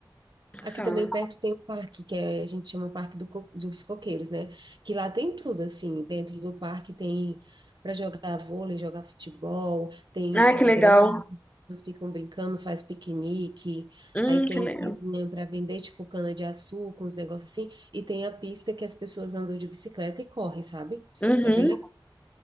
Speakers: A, on the right; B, on the left.
A: Aqui
B: fala.
A: também perto tem um parque que é- a gente chama Parque do Co- dos Coqueiros, né? Que lá tem tudo, assim. Dentro do parque tem para jogar vôlei, jogar futebol, tem
B: Ah,
A: a
B: que legal.
A: grama, as pessoas ficam brincando, faz piquenique.
B: Hum,
A: Aí tem
B: que legal.
A: coisinha para vender, tipo cana-de-açúcar, uns negócios assim. E tem a pista que as pessoas andam de bicicleta e correm, sabe?
B: Uhum.
A: É bem legal.